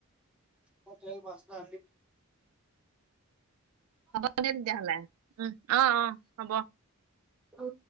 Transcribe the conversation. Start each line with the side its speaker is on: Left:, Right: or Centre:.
Centre: মই তেল ভচ হা
Right: হ'ব দে তেতিয়াহলে উম অ অ হ'ব।
Centre: অ